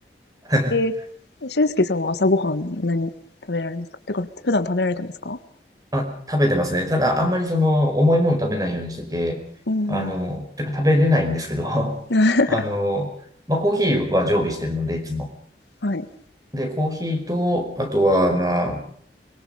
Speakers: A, on the right; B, on the left.
A: <laughs>
B: えー、俊介さんは朝ごはん何食べられますかてか、普段食べられてますか
A: あ、食べてますね。ただ、あんまりその、重いもの食べないようにしてて、
B: うん。
A: あの、てか食べれないんですけど、<laughs>
B: <laughs>
A: あの、まあ、コーヒーは常備してるので、いつも。
B: はい。
A: で、コーヒーと、あとは、まあ、